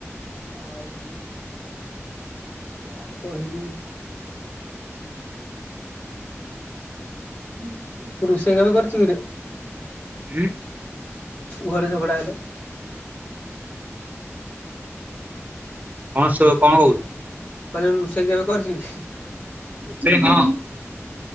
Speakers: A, on the left (about 35°); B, on the right (about 35°).
A: ଆଉ। କଣ କହିବି।
B: ହୁଁ।
A: ତୁ ରୋଷେଇ କାମ କରୁଚୁ କିରେ।
B: ଉଁ
A: ଘରେ ଝଗଡ଼ା ହେଲେ।
B: ହଁ ସୋ କଣ କହୁଚୁ।
A: କହିଲି ରୋଷେଇ କାମ କରୁଚୁ କି?
B: ରୋଷେଇ ହଁ।